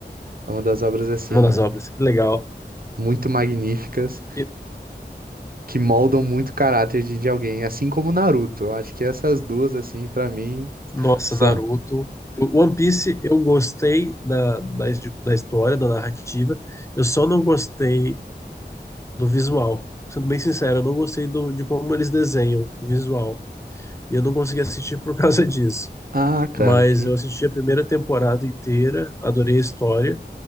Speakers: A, on the right (about 55°); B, on the left (about 15°).
A: é uma das obras assim
B: uma das obras. Que legal.
A: muito magníficas
B: E-
A: que moldam muito o caráter de, de alguém, assim como Naruto. Eu acho que essas duas, assim, pra mim,
B: Nossa,
A: são.
B: Naruto. Eu- One Piece, eu gostei da, da, his- da história, da narrativa. Eu só não gostei do visual. Sendo bem sincero, eu não gostei do, de como eles desenham, do visual. E eu não consegui assistir por causa <laughs> disso.
A: Ah,
B: Mas
A: cara, que.
B: eu assisti a primeira temporada inteira, adorei a história,